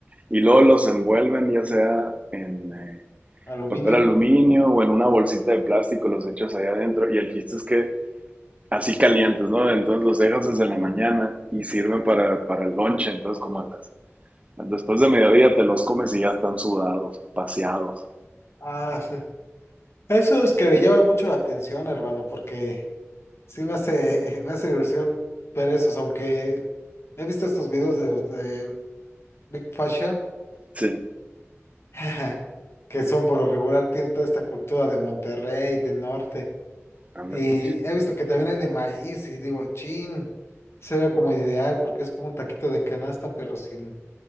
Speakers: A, on the right; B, on the left.
A: Y luego los envuelven ya sea en eh,
B: Aluminio.
A: papel aluminio o en una bolsita
B: Sí.
A: de plástico, los echas ahí adentro y el chiste es que así calientes, ¿no? Entonces los dejas desde la mañana y sirven para, para el lonche, entonces como a las... Después de mediodía te los comes y ya están sudados, paseados.
B: Ah, sí. Esos que me llaman mucho la atención, hermano, porque sí me hace, <laughs> me hace ilusión ver esos, aunque he visto estos videos de los de Big Fashion,
A: Sí,
B: <laughs> que son por lo regular, tiene toda esta cultura de Monterrey, de norte,
A: ándale,
B: y he visto que también hay de maíz, y digo, chin, sería como ideal, porque es como un taquito de canasta, pero sin